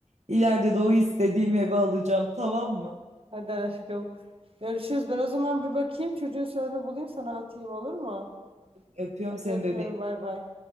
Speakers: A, on the right (about 70°); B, on the right (about 50°).
A: İleride de o istediğim evi alacağım, tamam mı?
B: Hadi aşkım. Görüşürüz. Ben o zaman bir bakayım çocuğun soyadını bulayım sana atayım olur mu?
A: Öpüyorum
B: Hadi
A: seni
B: öpüyorum
A: bebeğim.
B: bay bay.